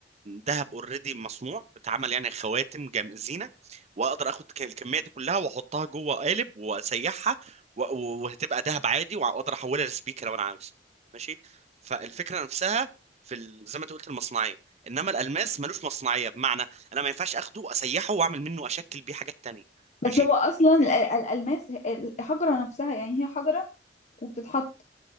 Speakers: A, on the right; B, on the left.
A: ذهب اوريدي مصنوع اتعمل يعني خواتم جم زينه واقدر اخد ك- الكميه دي كلها واحطها جوه قالب واسيحها و- و- وهتبقى ذهب عادي واقدر احولها لسبيكه لو انا عاوز ماشي فالفكره نفسها في ال- زي ما انت قلت المصنعيه انما الالماس ملوش مصنعيه بمعنى انا ما ينفعش اخده اسيحه واعمل منه اشكل بيه حاجات تانية
B: بس
A: ماشي
B: هو اصلا ال- ال- الالماس ال- الحجره نفسها يعني هي حجره وبتتحط